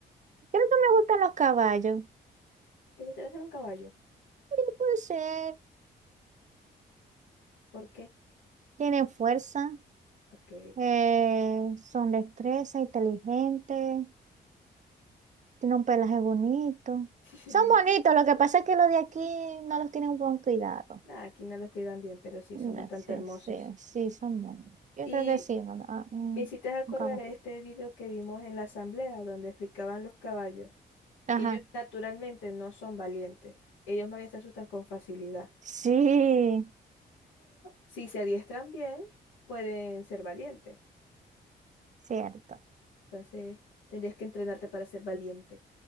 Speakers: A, on the right (about 40°); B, on the left (about 85°).
A: creo que me gustan los caballos.
B: ¿Te gustaría ser un caballo?
A: Sí, puede ser.
B: ¿Por qué?
A: Tienen fuerza.
B: Ok.
A: eh, son destreza, inteligentes. Tienen un pelaje bonito.
B: <laughs>
A: Son bonitos. Lo que pasa es que los de aquí no los tienen buen cuidado.
B: Nada, aquí no los cuidan bien, pero sí,
A: No,
B: son bastante
A: Sí,
B: hermosos.
A: sí, sí, son bonitos. Yo
B: Y
A: creo que sí. no, no, ah, mm,
B: me hiciste acordar
A: un caballo.
B: a este video que vimos en la asamblea donde explicaban los caballos,
A: Ajá.
B: que ellos naturalmente no son valientes. Ellos más bien se asustan con facilidad.
A: Sí,
B: Si se adiestran bien, pueden ser valientes.
A: cierto.
B: Entonces, tendrías que entrenarte para ser valiente.